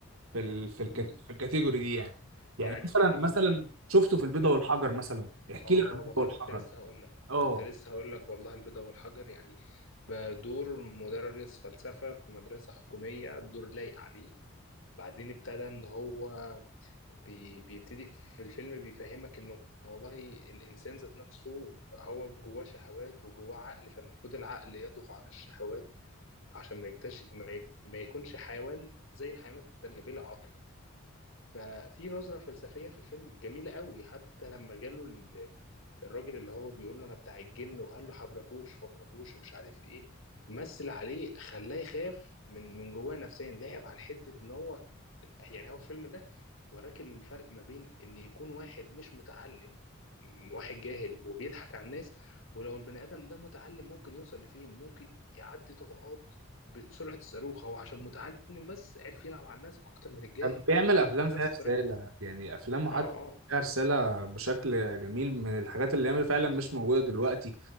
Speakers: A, on the right; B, on the left.
A: في ال في, الكات-
B: مم.
A: في الكاتيجوري دي يعني يعني
B: يعني
A: مثلا
B: يعني
A: مثلا
B: مثلا
A: شفته في
B: اتفضل
A: البيضة والحجر مثلا احكي
B: اه
A: لي عن البيضة
B: والله
A: والحجر
B: كنت لسه هقول لك
A: اه
B: كنت لسه هقول لك والله البيضة والحجر يعني بدور مدرس فلسفة في مدرسة حكومية الدور لايق عليه بعدين ابتدى ان هو بي بيبتدي في الفيلم بيفهمك انه والله الانسان ذات نفسه هو جواه شهوات وجواه عقل فالمفروض العقل يضغط على الشهوات عشان ما يبتش ما, ي... ما يكونش حيوان زي الحيوانات التانية بلا عقل ففي نظرة فلسفية في الفيلم جميلة قوي حتى لما جاله ال- الراجل اللي هو بيقول له انا بتاع الجن وقال له حبركوش فبركوش ومش عارف ايه مثل عليه خلاه يخاف من من جواه نفسيا لعب على حتة ان هو يعني هو الفيلم ده وراك الفرق ما بين ان يكون واحد مش متعلم م- واحد جاهل وبيضحك على الناس ولو البني ادم ده متعلم ممكن يوصل لفين ممكن يعدي طبقات بسرعة الصاروخ هو عشان متعلم بس عرف يلعب على الناس اكتر من الجاهل
A: كان بيعمل افلام
B: وبنفس
A: فيها رسالة
B: طريقة
A: يعني افلامه
B: اه
A: حتى
B: اه
A: فيها رسالة بشكل جميل من الحاجات اللي هي فعلا مش موجودة دلوقتي